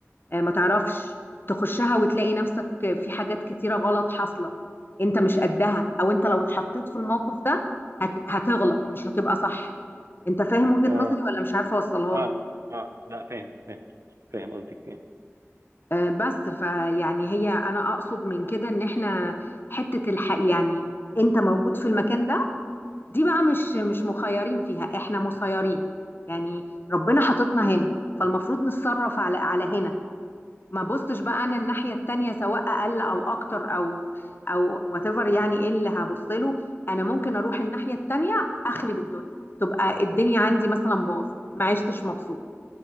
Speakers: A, on the left; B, on the right.
A: آه، ما تعرفش تخشها وتلاقي نفسك في حاجات كتيرة غلط حاصلة انت مش قدها او انت لو اتحطيت في الموقف ده هت... هتغلط مش هتبقى صح انت فاهم وجهة
B: اه
A: نظري ولا مش عارفة اوصلها
B: اه
A: لك
B: اه لا فاهم فاهم فاهم قصدك ايه
A: آه، بس فيعني هي انا اقصد من كده ان احنا حتة الحق يعني انت موجود في المكان ده دي بقى مش مش مخيرين فيها احنا مسيرين يعني ربنا حاططنا هنا فالمفروض نتصرف على على هنا ما بصش بقى انا الناحيه التانيه سواء اقل او اكتر او او وات ايفر، يعني ايه اللي هبص له انا ممكن اروح الناحيه التانيه اخرب الدنيا تبقى الدنيا عندي مثلا باظت ما عشتش مبسوط